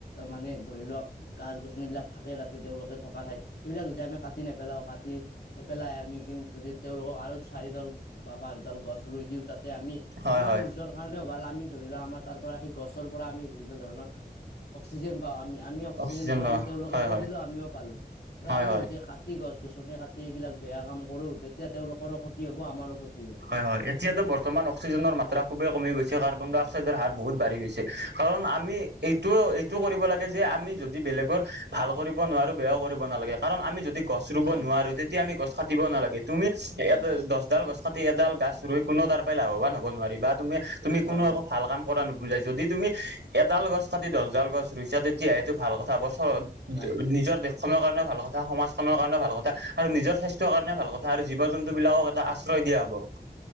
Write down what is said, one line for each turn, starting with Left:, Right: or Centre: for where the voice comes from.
Left: মানে ধৰি লওক গাছ - গছনিবিলাক থাকে ৰাতি তেওঁলোকে থকা ঠাইত সেইবিলাক যদি আমি কাটি নেপেলাও কাটি নেপেলাই আমি কিন্তু দি তেওঁলোকক আৰু চাৰিডাল বা পাঁচডাল গছ ৰুই দিওঁ তাতে আমি
Right: হয়
Left: আমাৰ
Right: হয়
Left: নিজৰ কাৰণেও ভাল আমি ধৰি লোৱা আমাৰ তাৰ পৰা সেই গছৰ পৰা আমি বিভিন্ন ধৰণৰ অক্সিজেন পাওঁ, আমি - আমি অক্সিজেনটো
Right: অক্সিজেন বা
Left: আমি তেওঁলোককো
Right: হয় হয়
Left: দিলো আমিও পালো আৰু
Right: হয়
Left: আমি
Right: হয়
Left: দে কাঁ টি গছ - গছনি কাটি এইবিলাক বেয়া কাম কৰো তেতিয়া তেওঁলোকৰো ক্ষতি হ'ব আমাৰো ক্ষতি হ'ব।
Right: অ এতিয়াতো বৰ্তমান অক্সিজেনৰ মাত্ৰা খুবেই কমি গৈছে কাৰ্বন -ডাই -অক্সাইডৰ হাৰ বহুত বাঢ়ি গৈছে কাৰণ আমি এইটো - এইটো কৰিব লাগে যে আমি যদি বেলেগৰ ভাল কৰিব নোৱাৰো বেয়াও কৰিব নালাগে কাৰণ আমি যদি গছ ৰুব
Left: হয়
Right: নোৱাৰো তেতিয়া আমি গছ কাটিব নালাগে তুমি
Left: হয়
Right: এ
Left: হয়
Right: দছডাল গছ টি এডাল গাছ ৰুই কোনো তাৰ পৰাই লাভৱান হ'ব নোৱাৰি বা তুমি তুমি কোনো
Left: হয় হয়
Right: একো ভাল কাম কৰা নুবুজাই যদি তুমি এডাল গছ কাটি দছডাল গছ ৰুইছা তেতিয়া সেইটো ভাল কথা বছ
Left: হয় হয়
Right: নিজৰ দেখ খনৰ কাৰণেও ভাল কথা, সমাজখনৰ কাৰণেও ভাল কথা আৰু নিজৰ স্বাস্থ্যৰ কাৰণে ভাল কথা আৰু জীৱ - জন্তুবিলাকক এটা আশ্ৰয় দিয়া বা